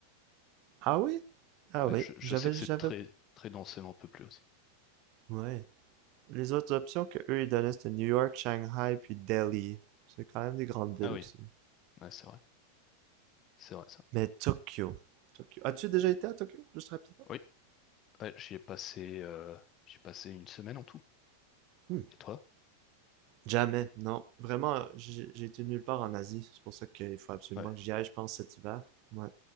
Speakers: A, on the right; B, on the left.
A: Ah oui? Ah
B: Ouais,
A: oui,
B: je, je
A: j'avais,
B: sais que
A: j'avais.
B: c'est très, très densément peuplé aussi.
A: Ouais. Les autres options que eux ils donnaient c'était New York, Shanghai puis Delhi. C'est quand même des grandes villes
B: Ah oui,
A: aussi.
B: ouais, c'est vrai. C'est vrai, ça.
A: Mais Tokyo. Tokyo. As-tu déjà été à Tokyo? Juste rapidement.
B: Oui, ouais, j'y ai passé, euh, j'y ai passé une semaine en tout.
A: Hmm.
B: Et toi?
A: Jamais, non. Vraiment, j'ai j'ai été nulle part en Asie. C'est pour ça qu'il faut absolument
B: Ouais.
A: que j'y aille, je pense, cet hiver. Ouais.